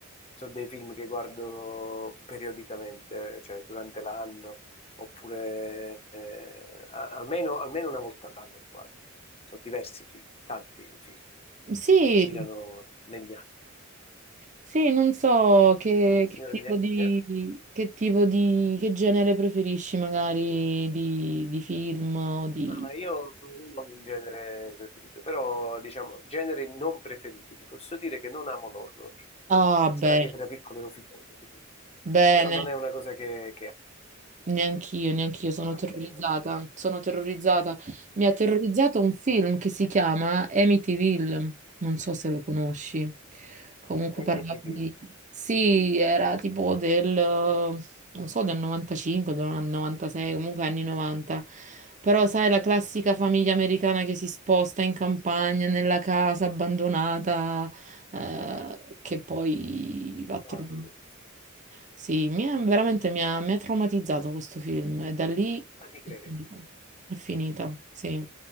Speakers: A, on the left; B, on the right.
A: sono dei film che guardo periodicamente, cioè durante l'anno, oppure eh, a- almeno, almeno una volta all'anno li guardo. Sono diversi film, tanti film
B: sì,
A: che girano negli anni.
B: Sì, non so che,
A: Quindi il Signore
B: che tipo
A: degli Anelli.
B: di, che tipo di, che genere preferisci magari di, di film o di...
A: Ma io non ho un genere preferito, però diciamo generi non preferiti. Ti posso dire che non amo l'horror.
B: Ah, bene,
A: Sarà che da piccolo ero fissato,
B: bene.
A: però non è una cosa che, che amo.
B: Neanch'io, neanch'io sono
A: Ma
B: terrorizzata,
A: mi è...
B: sono terrorizzata. Mi ha terrorizzato un film che si chiama Amityville, non so se lo conosci. Comunque
A: <laughs> e
B: parlava
A: mi ti
B: di...
A: dico.
B: Sì, era tipo del, non so, del 95, del 96, comunque anni 90. Però sai, la classica famiglia americana che si sposta in campagna, nella casa abbandonata, eh, che poi va a trovare.
A: No, non lo so.
B: Sì, mi ha- veramente mi ha, mi ha traumatizzato questo film e da lì
A: Ma ti credo.
B: è finita. È finita, sì.